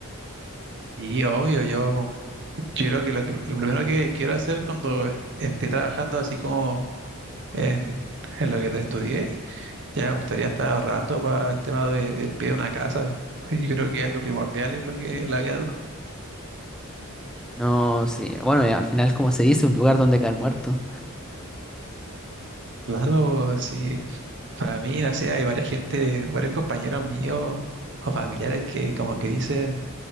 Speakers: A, on the right; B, in the centre.
A: Y obvio, yo creo que lo que, lo primero que quiero hacer cuando est- esté trabajando así como en, en lo que estudié, Ya me gustaría estar ahorrando para el tema de- del pie de una casa. Yo creo que algo primordial es lo que es la vida de uno.
B: No, sí. Bueno, eh, al final, como se dice, un lugar donde caer muerto.
A: Claro, sí, para mí, no sé, hay varias gente, varios compañeros míos o familiares que como que dicen,